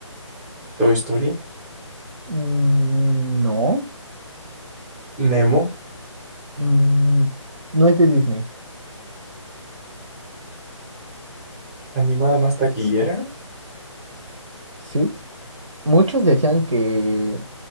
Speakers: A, in the centre; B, on the right (about 80°).
A: Toy Story,
B: Mm, no,
A: Nemo,
B: Mm, no es de Disney,
A: animada más taquillera,
B: ¿sí? Muchos decían que,